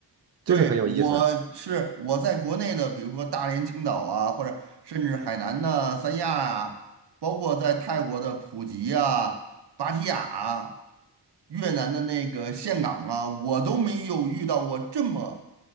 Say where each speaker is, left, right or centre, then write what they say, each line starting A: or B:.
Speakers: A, on the right (about 40°); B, on the right (about 70°).
A: 这个很有意思。
B: 对，我是我在国内的，比如说大连、青岛啊，或者甚至海南的三亚啊，包括在泰国的普吉啊、芭提雅啊，越南的那个岘港啊，我都没有遇到过这么